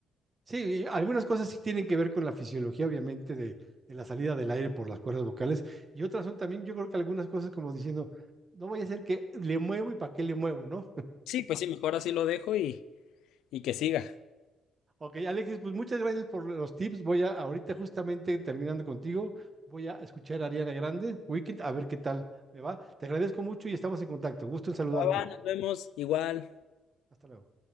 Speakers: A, on the right; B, on the left.
A: Sí, y algunas cosas sí tienen que ver con la fisiología, obviamente, de, de la salida del aire por las cuerdas vocales. Y otras son también, yo creo que algunas cosas como diciendo, no voy a hacer que le muevo y para qué le muevo, ¿no?
B: Sí, pues sí, mejor así lo dejo y, y que siga.
A: Ok, Alexis, pues muchas gracias por los tips. Voy a, ahorita justamente terminando contigo, voy a escuchar a Ariana Grande, Weekend, a ver qué tal me va. Te agradezco mucho y estamos en contacto. Gusto en saludarte.
B: Va, va, nos vemos. Igual.
A: Hasta luego.